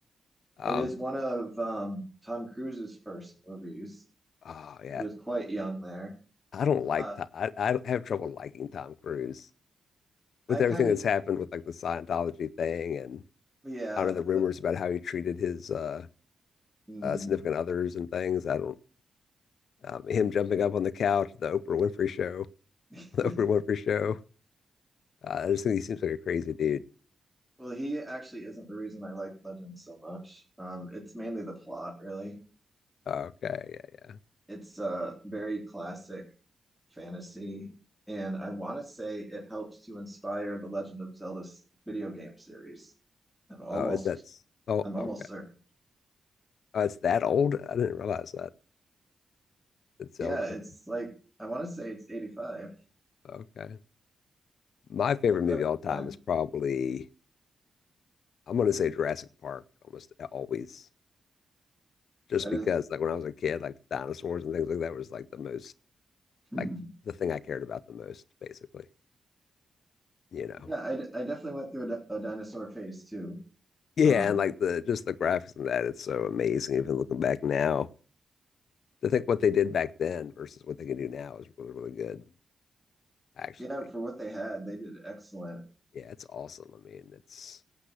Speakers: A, on the left (about 70°); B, in the centre.
A: Um,
B: It is one of um, Tom Cruise's first movies.
A: oh yeah,
B: He was quite young there.
A: I don't like.
B: Uh,
A: Tom, I I have trouble liking Tom Cruise.
B: I
A: with
B: kind
A: everything that's
B: of,
A: happened with like the Scientology thing and
B: yeah,
A: I don't know the rumors
B: the,
A: about how he treated his uh,
B: mm,
A: uh, significant others and things. I don't um, him jumping up on the couch, the Oprah Winfrey show,
B: <laughs>
A: <laughs> the Oprah Winfrey show. Uh, I just think he seems like a crazy dude.
B: well, he actually isn't the reason I like Legend so much. Um, it's mainly the plot, really.
A: Okay, yeah, yeah.
B: It's a very classic fantasy, and I want to say it helps to inspire the Legend of Zelda s- video game series. I'm almost
A: Oh, is that oh
B: I'm almost
A: okay?
B: certain.
A: Oh, it's that old. I didn't realize that. It's
B: Yeah,
A: Zelda.
B: it's like I want to say it's 85.
A: Okay. My favorite
B: Look it
A: movie
B: up
A: of all time
B: time.
A: is probably I'm gonna say Jurassic Park almost always, just
B: That
A: because
B: is
A: like when I was a kid, like dinosaurs and things like that was like the most
B: <laughs>
A: like the thing I cared about the most, basically. You know.
B: Yeah, I, d- I definitely went through a, di- a dinosaur phase too.
A: Yeah,
B: Um,
A: and like the just the graphics and that, it's so amazing. Even looking back now, to think what they did back then versus what they can do now is really, really good. Actually,
B: yeah, for what they had, they did excellent.
A: yeah, it's awesome. I mean, it's